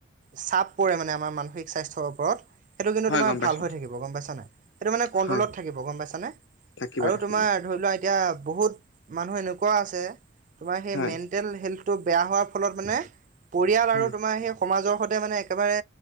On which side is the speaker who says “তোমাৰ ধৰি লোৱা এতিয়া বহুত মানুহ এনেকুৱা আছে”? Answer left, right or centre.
Right